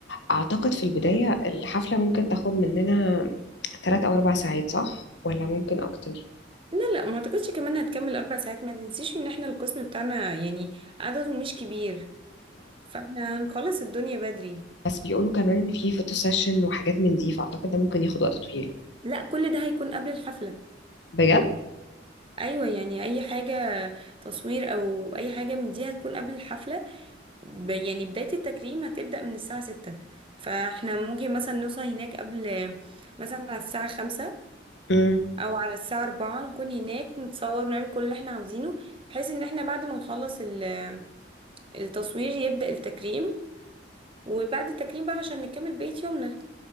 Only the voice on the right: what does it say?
لا لا ما اعتقدش كمان هتكمل اربع ساعات ما تنسيش ان احنا القسم بتاعنا يعني عدده مش كبير فاحنا هنخلص الدنيا بدري
لا كل ده هيكون قبل الحفلة
ايوه يعني اي حاجة تصوير او اي حاجة من دي هتكون قبل الحفلة ب- يعني بداية التكريم هتبدأ من الساعة ستة فاحنا ممكن مثلا نوصل هناك قبل مثلا على الساعة خمسة
او على الساعة أربعة نكون هناك نتصور ونعمل كل اللي احنا عاوزينه بحيث ان احنا بعد ما نخلص ال- التصوير يبدأ التكريم وبعد التكريم بقى عشان نكمل بقية يومنا